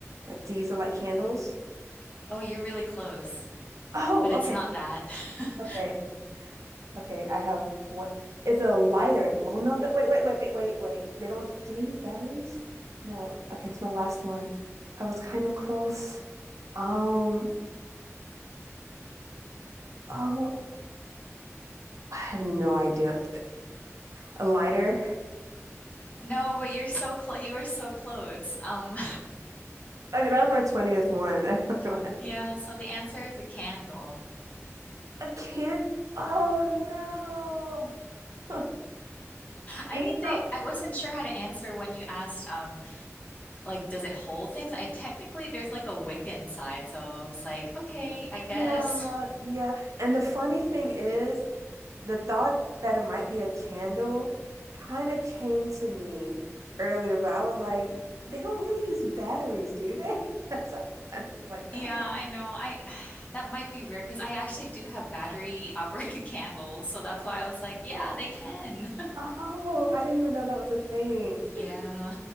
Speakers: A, on the right; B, on the left.
A: Like to use it like candles?
B: Oh, you're really close,
A: <laughs>
B: but it's
A: Oh, okay.
B: not that. <laughs>
A: Okay. Okay, I have what is a lighter. Well, no, that wait, wait, wait, wait, wait. They don't do they use batteries? No. Okay, it's my last one. I was kind of close. Um, oh, I have no idea. A lighter.
B: No, but you're so close. You are so close. Um,
A: Okay, that was my 20th one. <laughs> I don't
B: <laughs>
A: know what-
B: yeah, so the answer is a candle.
A: I can't. Oh no. <laughs>
B: I
A: And
B: mean,
A: you
B: they
A: know,
B: I wasn't sure how to answer when you asked um like does it hold things? I technically there's like a Wiccan side, so I was like, okay, I guess.
A: yeah,
B: <laughs>
A: yeah. And the funny thing is, the thought that it might be a candle kind of came to me earlier, but I was like, they don't really use batteries, do they? <laughs> That's what I was <laughs> like,
B: Yeah,
A: ah,
B: I know. I <sighs> that might be rare because I actually do have battery operated <laughs> candles, so that's why I was like, yeah, they can.
A: oh, I didn't even know that was a thing.
B: <laughs> Yeah.
A: <laughs>